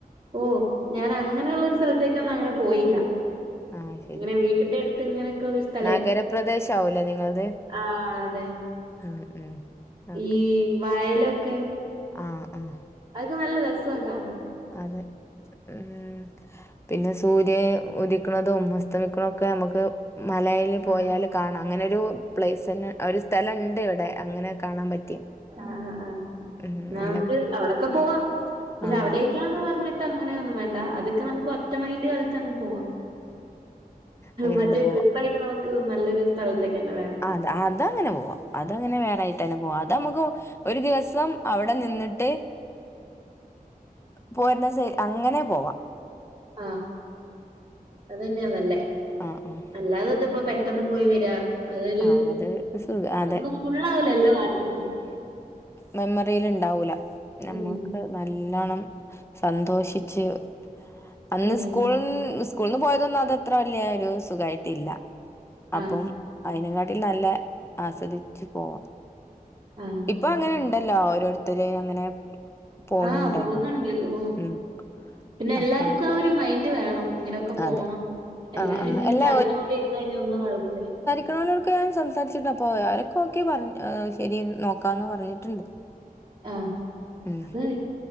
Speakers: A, on the right (about 30°); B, on the left (about 15°).
A: ഓഹ് ഞാനങ്ങനെള്ള ഒരു സ്ഥലത്തേക്ക് ഒന്നും അങ്ങനെ പോയില്ല.
B: ആഹ് ശരി
A: ഇങ്ങനെ വീട്ടിന്റെ അടുത്ത് ഇങ്ങനെയൊക്കെള്ള സ്ഥലേ
B: നഗരപ്രദേശ ആവൂലേ നിങ്ങളത്
A: ആ അതെ.
B: ഉം ഉം ഓക്കെ
A: ഈ വയലൊക്കെ
B: ആഹ് ആഹ്
A: അതൊക്കെ നല്ല രസ കാണാൻ.
B: അതെ ഉം പിന്നെ സൂര്യ ഉദിക്ക്ണതും അസ്തമിക്കണക്കെ നമ്മക്ക് മലയിൽ പോയാല്
A: ആ
B: കാണാം അങ്ങനൊരു പ്ലേസ് തന്നെ ഒരു സ്ഥലണ്ട് ഇവിടെ അങ്ങനെ കാണാൻ പറ്റി
A: അഹ് അഹ് ആഹ്
B: ഉം
A: എന്നാ
B: നല്ല
A: നമുക്ക് അവിടൊക്കെ പോവാം പക്ഷെ
B: ആഹ്
A: അവിടേക്കാന്ന്
B: ഓക്കെ
A: പറഞ്ഞി ട്ട് അങ്ങനെയൊന്നും വേണ്ട അതൊക്കെ നമുക്ക് ഒറ്റ മൈന്റ് കളിച്ചങ്ങ് പോവാം
B: അങ്ങനെയണ്ട്
A: മറ്റേ
B: പോ
A: ട്രിപ്പായിട്ട് നമുക്ക് നല്ലൊരു സ്ഥലത്തേക്ക് തന്നെ വേം പോവാം
B: അത് അതങ്ങനെ പോവാം അതങ്ങനെ വേറെയായിട്ട് തന്നെ പോവാ അതമുക്കു ഒരു ദിവസം അവിടെ നിന്നിട്ട് പോരുന്നസേ അങ്ങനെ പോവാ
A: ആഹ് അതന്നെയാന്നല്ലേ
B: ആഹ് ആഹ്
A: അല്ലാതിതിപ്പോ പെട്ടന്ന് പോയി വരാ അതൊരു
B: ആഹ് അത് സുഖ അതെ
A: ഒന്നും ഫുള്ളാവുലല്ലോ ആ ട്രിപ്പ്‌
B: മെമ്മറീല് ഉണ്ടാവൂല നമ്മക്ക്
A: ഉം
B: നല്ലൊണം സന്തോഷിച്ച് അന്ന്
A: അതെ
B: സ്കൂൾ സ് കൂൾന്ന് പോയതൊന്നും അതത്ര വല്യ ഒരു സുഖായിട്ടില്ല അപ്പം
A: ആഹ്
B: അയിനെങ്കാട്ടി നല്ലേ ആസ്വദിച്ചു പോവാം
A: ആഹ്
B: ഇപ്പൊ അങ്ങനെ ഉണ്ടല്ലോ ഓരോരുത്തര് അങ്ങനെ പോണുണ്ടല്ലോ
A: ആഹ് പോന്നുണ്ട് ഓ
B: ഉം
A: പിന്നെ
B: അപ്പ
A: എല്ലാർക്കും ആ ഒരു മൈൻഡ് വേണം ഇങ്ങനൊക്കെ പോണം
B: അതെ
A: എല്ലാരും
B: ആഹ് ആഹ്
A: ഇങ്ങനെ
B: എല്ലാ
A: ചടഞ്ഞുകൂടി ഇരുന്ന് കഴിഞ്ഞാ ഒന്നും നടക്കൂല
B: പറ്റുന്നൊലോടെക്കെ ഞാൻ സംസാരിച്ചിണ്ട് അപ്പോ അവരൊക്കെ ഓക്കെ പറഞ്ഞ് ഏഹ് ശരി നോക്കാന്ന് പറഞ്ഞിട്ടുണ്ട്
A: ആഹ്
B: ഉം
A: അത് മതി